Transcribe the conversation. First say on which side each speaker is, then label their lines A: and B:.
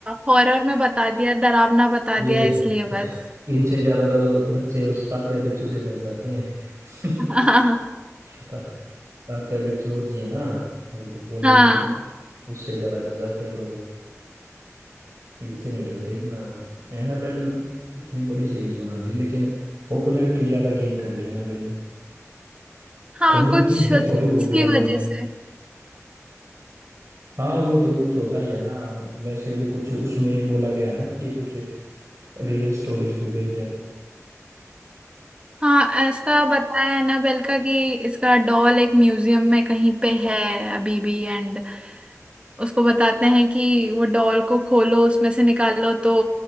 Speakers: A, on the right; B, on the right.
A: हॉरर में बता दिया डरावना बता
B: ये
A: दिया इसलिए बस
B: <laughs> इनसे ज्यादा तो बच्चे उस तात्या बिच्छू से डर जाते हैं
A: <laughs> हाँ
B: <laughs> ता- तात्या बिच्चू जी है ना बॉलीवुड
A: हाँ
B: का उससे ज्यादा डर जाते हैं लोग इससे नहीं डरते इतना एनाबेल इतनी बड़ी सीरीज बना दी लेकिन पॉपुलैरिटी ज्यादा गेन कर ली एनाबेल ने
A: हाँ
B: कॉन्जूरिंग
A: कुछ सीन्स
B: है थोड़ी बहुत डरावनी
A: की वजह से
B: हाँ वो तो कुछ होता ही है ना वैसे भी कुछ उसमें ये बोला गया है ना कि ये कुछ रियल स्टोरीज पे बेस्ड है
A: हाँ इसका बताया है ना बेलका कि इसका डॉल एक म्यूजियम में कहीं पे है अभी भी एंड उसको बताते हैं कि वो डॉल को खोलो उसमें से निकालो तो